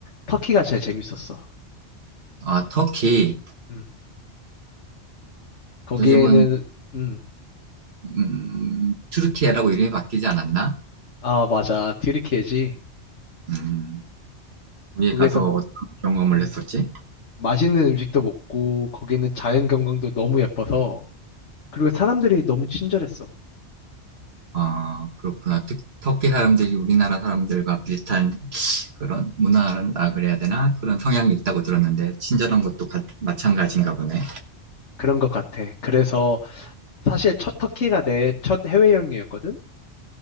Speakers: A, on the left (about 90°); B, on the right (about 65°).
A: 터키가 제일 재밌었어.
B: 아, 터키.
A: 음. 거기에는,
B: 요즘은
A: 음.
B: 음, 튀르키예라고 이름이 바뀌지 않았나?
A: 아, 맞아. 튀르키예지.
B: 음, 거기
A: 거기에서
B: 가서 어떤 경험을
A: 음,
B: 했었지?
A: 맛있는 음식도 먹고 거기는 자연 경관도 너무 예뻐서 그리고 사람들이 너무 친절했어.
B: 아, 그렇구나. 특- 터키 사람들이 우리나라 사람들과 비슷한 그런 문화라 그래야 되나? 그런 성향이 있다고 들었는데 친절한 것도 가- 마찬가지인가 보네.
A: 그런 것 같아. 그래서 사실 첫 터키가 내 첫 해외여행이었거든.